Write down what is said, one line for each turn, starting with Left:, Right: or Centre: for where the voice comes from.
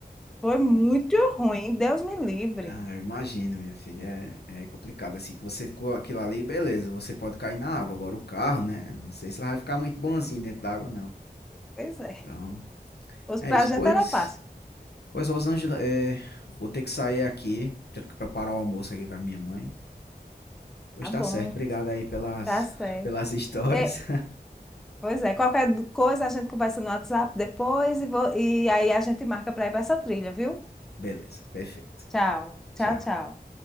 Centre: Foi muito ruim, Deus me livre.
Left: Ah, eu imagino, minha filha. É, é complicado assim. Que você com aquilo ali, beleza, você pode cair na água. Agora o carro, né? Não sei se ela vai ficar muito bonzinho dentro da água, não.
Centre: Pois é.
Left: Então,
Centre: Os
Left: é
Centre: pra
Left: isso.
Centre: gente
Left: Pois,
Centre: era fácil.
Left: pois Rosângela, é, vou ter que sair aqui. Tenho que preparar o almoço aqui com a minha mãe. Pois
Centre: Tá
Left: tá
Centre: bom,
Left: certo. Obrigado aí pelas,
Centre: tá certo.
Left: <laughs> pelas histórias.
Centre: É, pois é, qualquer coisa a gente conversa no WhatsApp depois e, vo- e aí a gente marca para ir para essa trilha, viu?
Left: <laughs> Beleza, perfeito.
Centre: Tchau,
Left: Tchau.
Centre: tchau, tchau.